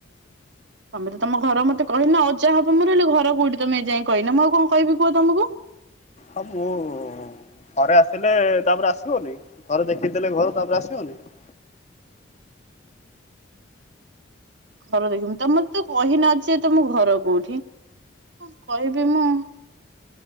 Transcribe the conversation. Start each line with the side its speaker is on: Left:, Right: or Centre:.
Right: ତମେ ତ ତମ ଘର ମତେ କହିନ ଅଜା ହବ ମୋର ହେଲେ ଘର କୋଉଠି ତମେ ଏଯାଏଁ କହିନ ମୁଁ ଆଉ କଁ କହିବି କୁହ ତମକୁ।
Left: ଆ ପୋ ଥରେ ଆସିଲେ ତାପରେ ଆସିବନି ଥରେ ଦେଖିଦେଲେ ଘର ତାପରେ ଆସିବନି ।
Right: <inaudible> ଘର ଦେଖିମୁ ତମର ତ କହିନ ଯେ ତମ ଘର କଉଠି। କଣ କହିବି ମୁଁ